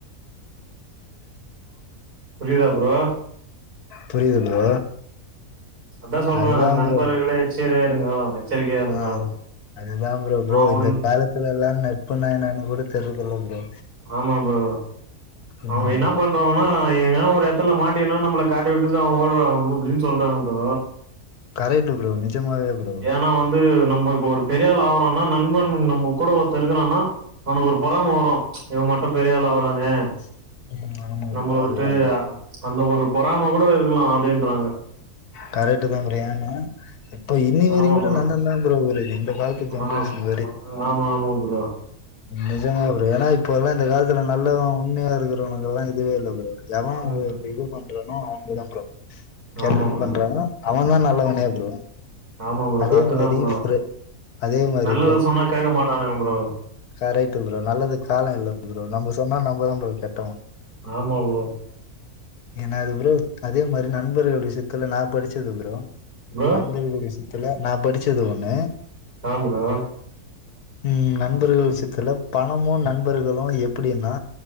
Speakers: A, on the right (about 85°); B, on the left (about 85°).
A: புரியுதா ப்ரோ
B: புரியுது ப்ரோ
A: அதா சொல்றே
B: அதுதா
A: நண்பர்களே
B: ப்ரோ
A: எச்சரியா இருங்கோ எச்சரிக்கையா இருங்கோ.
B: ஆ அதுதா ப்ரோ ப்ரோ
A: அவன்
B: இந்த
A: வந்
B: காலத் த்தில்ல நட்புனா என்னனு கூட தெரியறது இல்ல ப்ரோ
A: ஆமா ப்ரோ
B: ம்
A: அவங்க என்ன பண்றவாங்கன்னா எங்கனா ஒரு த்துல மாட்டினணு நம்மள காட்ட விட்டு அவங்க ஓடுவாங்க அப்டின்னு சொல்றாங்க ப்ரோ
B: கரெட்டு ப்ரோ நிஜமாவே ப்ரோ
A: ஏன்னா வந்து நம்ம இப்ப ஒரு பெரிய ஆள் ஆகுறோன்னா நண்பன் நம்ம கூட ஒருத்த இருக்கிறான்னா அவனுக்கு ஒரு பொறாம வரு இவ மட்டு பெரிய ஆள் ஆவுறானே
B: <inaudible>
A: நம்மள விட்டு
B: அதுதா
A: அந்த ஒரு பொறாம கூட இருக்கலா அப்டின்றாங்க
B: கரெக்ட் தா ப்ரோ ஏன்னா இப்ப இன் வரையு
A: ஆமா
B: கூட
A: ப்ரோ
B: <unintelligible> ப்ரோ இந்த காலத்து ஜென்ரேஷன்
A: ஆ ஆமா ஆமா ப்ரோ
B: நிஜமாவே ப்ரோ ஏன்னா இப்ப எல்லா இந்த காலத்துல நல்லதா உண்மையா இருக்கிறவங்க எல்லா இதுவே இல்ல ப்ரோ எவ
A: ம்
B: இது பண்றானோ அவனுக்குதா ப்ரோ கெட்டது
A: ஆமா ப்ரோ
B: பண்றானோ அவனந்தா நல்லவனோ ப்ரோ
A: ஆமா ப்ரோ
B: அதே
A: கரெட்டு
B: மாரி
A: தா ப்ரோ
B: ஃப்ரெ அதே மாரி
A: நல்லது சொன்னா கேக்க மாட்டானுங்க ப்ரோ
B: கரெட்டு ப்ரோ நல்லது கால இல்ல ப்ரோ நம்ம சொன்னா நம்மதா ப்ரோ கெட்டவ
A: ஆமா ப்ரோ
B: ஏன்னா அது ப்ரோ அதே மாரி நண்பர்கள் விஷயத்துல நா படிச்சது ப்ரோ
A: ப்ரோ
B: நண்பர்கள் விஷயத்துல நா படிச்சது ஒண்ணு
A: ஆ ப்ரோ
B: ம் நண்பர்கள் விஷயத்துல பணமு நண்பர்களு எப்டின்னா